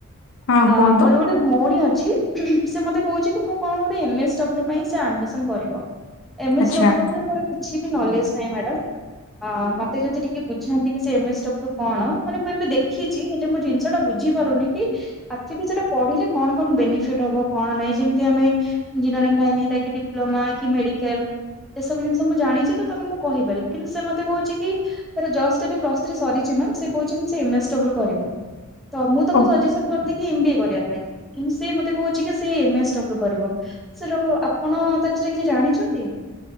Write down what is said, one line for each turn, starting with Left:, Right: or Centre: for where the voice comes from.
Left: ହଁ
Centre: ଅ
Left: କୁହନ୍ତୁ
Centre: ମରୁ ଗୋ ଭଉଣୀ ଅଛି ସେ ମତେ କହୁଛି କି ମୁଁ କଣ ଗୋଟେ ଏମଏସ୍ଡବ୍ ଆଡମିସନ କରିବ। ଏମ
Left: ଆଚ୍ଛା
Centre: ଏସ୍ ଡବ୍ଲୁ ଉପରେ ମୋର କିଛି ବି ନଲେଜ ନାହିଁ ମ୍ୟାଡମ୍। ହଁ ମତେ ଯଦି ଟିକେ ବୁଝାନ୍ତି କି ସେ ଏମ ଏସ୍ଡବ୍ଲୁ କଣ ମାନେ ମୁଁ ଏବେ ଦେଖିଛି। ହେଲେ ମୁଁ ଜିନିଷ ଟା ବୁଝି ପାରୁନି କି? ଆଖ ସେଟା ପଢିଲେ କଣ କଣ ବେନିଫିଟ ହବ କଣ ନାହିଁ ଯେମିତି ଆମେ ଇଞଜିନିୟରିଂ ଲାଇନ ହେଇଲା କି ଡିପ୍ଲୋମା କି ମେଡିକାଲ ଏ ସବୁ ଜିନି। ମୁଁ ଜାଣିଛି ତ ତାକୁ ମୁଁ କହିପାରିବି କିନ୍ତୁ ସେ ମତେ କହୁଛି କି ସେ ଜଷ୍ଟ ଏବେ ପ୍ଲସ୍ ଥ୍ରୀ ସରିଛି ମ ସେ କହୁଛି ସେ ଏମଏସ୍ ଡବଲୁ କରିବ ତ ମୁଁ ତାକୁ
Left: ଓ
Centre: ସଜେସନ। ଏମ ବିଏ କରିବା ପାଇଁ କିନ୍ତୁ ସେ ମୋତେ କହୁଛି କି ସେ ଏମଏସ୍ ଡବ୍ଲୁ କରିବ। ସେଟୁ ଆପଣ ତା ବିଷୟରେ କିଛି ଜାଣିଛନ୍ତି।